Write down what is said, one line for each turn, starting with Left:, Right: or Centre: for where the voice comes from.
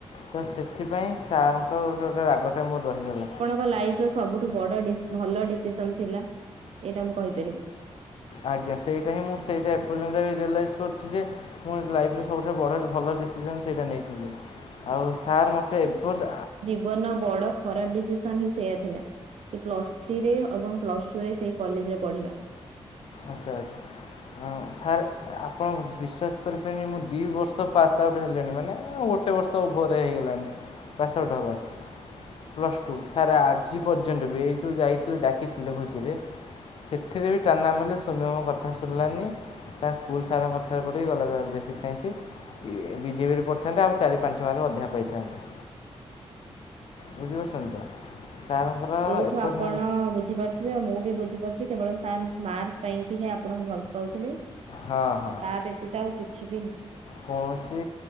Left: ତ ସେଥିପାଇଁ ସାରଙ୍କର ଗୋଟେ ଗୋଟେ ରାଗଟା ମୋର ରହିଗଲା।
Right: ଲାଇଫର ସବୁଠୁ ବଡ ଭଲ ଡିସିସନ ଥିଲା ଏଇଟା କହିପାରିବି
Left: ଆଜ୍ଞା ସେଇଟା ହିଁ ମୁଁ ସେଇଟା ଏପର୍ଯ୍ୟନ୍ତ ବି ରିଏଲାଇଜ୍ କରୁଛି ଯେ ପୁଣି ଲାଇଫରେ ସବୁଠାରୁ ବ ଭଲ ଡିସିସନ ସେଇଟା ନେଇଥିଲି। ଆଉ ସାର୍ ମୋତେ ଏପର୍
Right: ଜୀବନର ବଡ ଖରାପ ଡିସିସନ ହିଁ ସେୟା ଥିଲା। ଏ ପ୍ଲସ୍ ଥ୍ରୀରେ ଏବଂ ପ୍ଲସ ଟୁ ରେ ସେଇ କଲେଜ ରେ ପଢିବା?
Left: ଆଚ୍ଛା ଆଚ୍ଛା ହଁ ସାର୍ ଆପଣ ବିଶ୍ୱାସ କରିପାରିବେନି ମୁଁ ଦୁଇ ବର୍ଷ ପାସ୍ ଆଉଟ୍ ହେଲେଣି ମାନେ ଗୋ ଗୋଟେ ବର୍ଷ ଉପରେ ହେଇଗଲାଣି ପାସ୍ ଆଉଟ୍ ହବା। ପ୍ଲସ୍ ଟୁ ସାର୍ ଆଜି ପର୍ଯ୍ୟନ୍ତ ବି ଏଇ ଯେଉଁ ଯାଇଥିଲେ ଡାକିଥିଲେ ଭୋଜିରେ। ସେଥିରେ ବି ଟାନା ବୋଲେ ସୋମେ ମୋ କଥା ଶୁଣିଲାନି ତାଙ୍କ ସ୍କୁଲ୍ ସାରଙ୍କ କଥାରେ ପଡ଼ିକି ଗଲା ବେସିକ୍ ସାଇନ୍ସ ବିଜେପିରେ ପଡ଼ିଥାନ୍ତେ ଆଉ ଚାରି ପାଞ୍ଚ ମାର୍କରୁ ଅଧା ପାଇଥାନ୍ତି। ବୁଝିପାରୁଛନ୍ତି ତ? ସାର୍ଙ୍କର
Right: ଏଇଠୁ
Left: ଏପରି
Right: ଆପଣ ବୁଝିପାରୁ ଥିବେ ଆଉ ମୁଁ ବି ବୁଝିପାରୁଛି କେବଳ ସାର୍ ମାର୍ ପାଇଁକି ଆପଣଙ୍କୁ ଭଲ ପାଉଥିଲେ। ତା
Left: ହଁ ହଁ
Right: ବ୍ୟତୀତ ଆଉ କିଛି ବି ନୁହେଁ।
Left: କୌଣସି